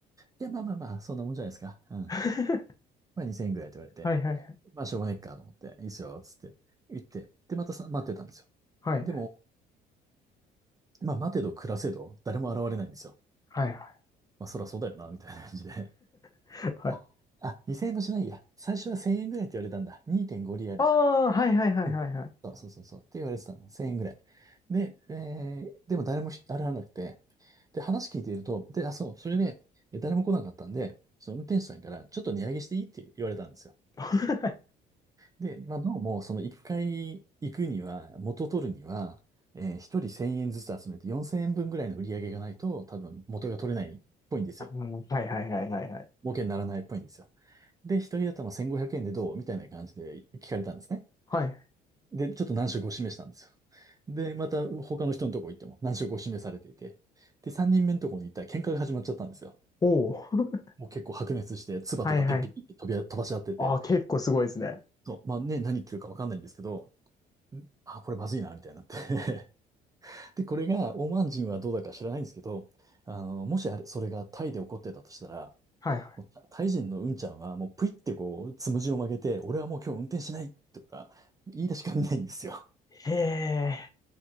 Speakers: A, on the right; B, on the left.
A: いや、まあまあまあ、そんなもんじゃないですか。うん。
B: <laughs>
A: まあ2000円ぐらいって言われて、
B: はいはい
A: まあしょうがねっかと思って、いいっすよ、つって言って、で、またさ、待ってたんですよ。
B: はい
A: でも、
B: <laughs>
A: まあ待てど暮らせど、誰も現れないんですよ。
B: はいはいはい
A: まあそらそうだよな、みたいな感じで。
B: <laughs>
A: <laughs>
B: はい
A: あ、あ、2000円もしないや。最初は1000円ぐらいって言われたんだ。2.5リアルだ。
B: ああはいはいはいはいはい
A: うん。そうそうそうそう。って言われてたんだ。1000円ぐらい。で、えー、でも誰もひ現れなくて、で、話聞いていると、で、あ、そう、それで、え誰も来なかったんで、その運転手さんから、ちょっと値上げしていいって言われたんですよ。
B: <laughs>
A: で、まあ、どうも、その一回行くには、元取るには、えー、一人1000円ずつ集めて4000円分ぐらいの売り上げがないと、多分元が取れないっぽいんですよ。
B: あのはいはいはいはいはいはい
A: 儲けにならないっぽいんですよ。で、一人頭1500円でどうみたいな感じで聞かれたんですね。
B: はい
A: で、ちょっと難色を示したんですよ。で、また他の人のとこ行っても難色を示されていて。で、3人目のとこに行ったら喧嘩が始まっちゃったんですよ。
B: おお。<laughs>
A: もう結構白熱して、唾とかピッピッピッピッ飛び、
B: はいはい。
A: 飛ばし合ってて。
B: ああ、結構すごいですね。
A: そう、まあね、何言ってるかわかんないんですけど、んあ、これまずいな、みたいになって <laughs> で、これが、オマーン人はどうだか知らないんですけど、あの、もしあれ、それがタイで起こってたとしたら、
B: はいは
A: もうタタイ人のうんちゃんは、もうぷいってこう、つむじを曲げて、俺はもう今日運転しないとか、言い出しかねないんですよ。
B: い。へえ、